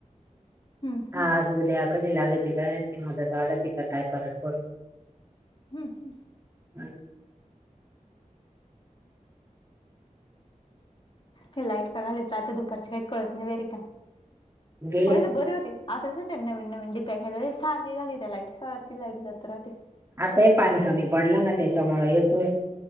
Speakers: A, on the left; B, on the right.
A: हम्म
B: हा
A: हम्म
B: आज उद्या कधी लागती काय माहित मदत वाढत का काय परत पोर
A: हम हं.
B: नाही.
A: हे लाईट का घालीत राात दुपारची काही कळत नाही वेहेरी का
B: गेले
A: पहिलं बरी होती. आ तस त्यां नविन नविन डीपऱ्या खेळायला सारखे घाली त्या लाईट सारखी लागली जत्र ते.
B: आताही पाणी कमी पडलं ना त्याच्यामुळे हेच होय.